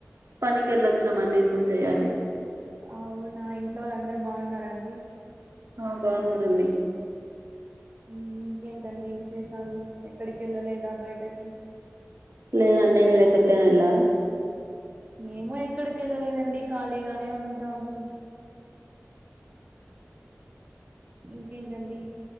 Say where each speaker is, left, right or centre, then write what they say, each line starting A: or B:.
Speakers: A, on the right (about 70°); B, on the right (about 30°).
A: పనికెళ్ళొచ్చమండి ఇప్పుడు చెయ్యాలి
B: అవునా ఇంట్లో వాళ్ళు అందరూ బాగున్నార అండి
A: ఆ బాగున్నారండి
B: మ్మ్ ఇంకేంటండి విశేషాలు ఎక్కడికి వెళ్ళలేదా బయటకి
A: లేదండి మీరు ఎక్కడికైనా వెళ్ళారా
B: మేము ఎక్కడికి వెళ్ళలేదండి ఖాళీగానే ఉంటాము ఇంకేంటండి